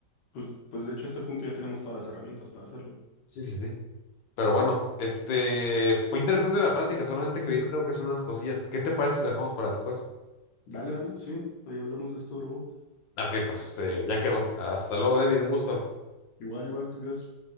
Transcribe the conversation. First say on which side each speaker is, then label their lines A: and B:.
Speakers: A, on the left; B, on the left.
A: Pues, pues de hecho, a este punto ya tenemos todas las herramientas para hacerlo.
B: Sí, sí, sí. Pero bueno, este, fue interesante la plática, solamente que ahorita tengo que hacer unas cosillas. ¿Qué te parece si la dejamos para después?
A: Dale, dale, sí, ahí hablamos de esto luego.
B: Ok, pues, este, ya quedó. Hasta luego, David. Un gusto.
A: Igual, igual, te cuidas.